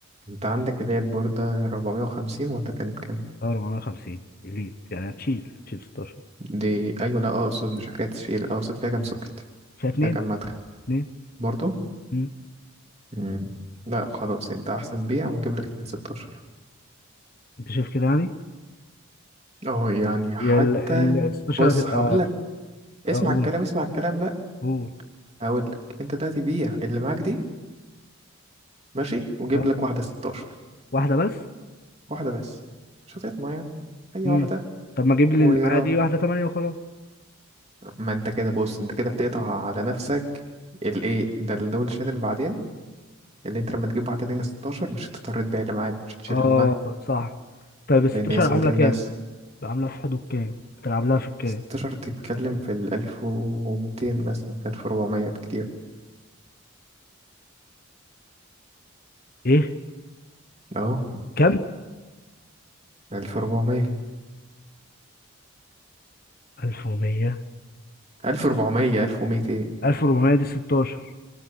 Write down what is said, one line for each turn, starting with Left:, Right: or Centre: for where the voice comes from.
Right: انت عندك اللي هي البوردة 450 ولا كانت كام
Left: اه 450 اليت يعني هتشيل هتشيل 16
Right: دي ايوه لا اقصد مش حكاية تشيل اقصد فيها كام سوكت
Left: فيها اتنين
Right: فيها كام مدخل
Left: اتنين
Right: برضو
Left: مم.
Right: مم. لا خلاص انت احسن بيع واجيب لك من 16
Left: انت شايف كده يعني
Right: اه يعني حتى
Left: هي ال ال 16
Right: بص
Left: هتبقى
Right: هقول لك اسمع
Left: اقول
Right: الكلام اسمع الكلام بقى
Left: قول
Right: هقول لك انت دلوقتي بيع اللي معاك دي ماشي وجيب
Left: اه
Right: لك واحده 16
Left: واحده بس
Right: واحده بس مش هتطمع يعني هي
Left: امم
Right: واحده
Left: طب ما اجيب لي
Right: ويراها
Left: اللي معايا دي واحده 8 وخلاص
Right: ما انت كده بص انت كده بتقطع على نفسك الايه ده الدولشين اللي بعدين اللي انت لما تجيب واحده لينا 16 مش هتضطر تبيع اللي معاك مش هتشيل
Left: اه
Right: همها
Left: صح طيب ال 16
Right: لان هي سويتين
Left: عامله كام
Right: بس
Left: عامله في حدود كام بتلعب لها في الكام
Right: 16 تتكلم في ال 1200 مثلا 1400 بكتير
Left: ايه
Right: اه
Left: كام
Right: 1400
Left: 1100
Right: 1400 1200
Left: 1400 دي 16